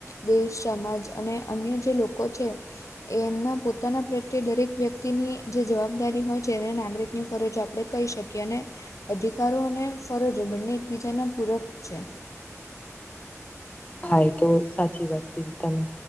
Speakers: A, on the left (about 75°); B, on the left (about 30°).
A: દેશ સમાજ અને અન્ય જે લોકો છે એ એમના પોતાના પ્રત્યે દરેક વ્યક્તિની જે જવાબદારી હોય છેને નાગરિકની ફરજ આપણે કહી શકીએ અને અધિકારો અને ફરજો બંને એકબીજાના પૂરક છે.
B: હા એ તો સાચી વાત કીધી તમે